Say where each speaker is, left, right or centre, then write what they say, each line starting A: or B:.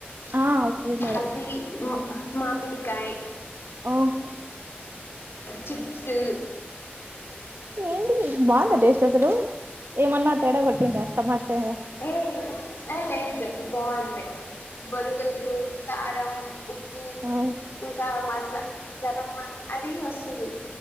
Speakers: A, on the right; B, on the left.
A: ఆ కుకుంబరే
B: అది మా మామిడికాయ
A: ఓహ్
B: చిప్సు
A: ఏంటి బాగుందా టేస్ట్ అసలు ఏమన్నా తేడా కొట్టిందా స్టమక్ తేడా
B: ఏ లేదు బాగుంది బొరుగులు కారం ఉప్పు
A: ఆ
B: ఇంకా మ గరం అది వస్తుంది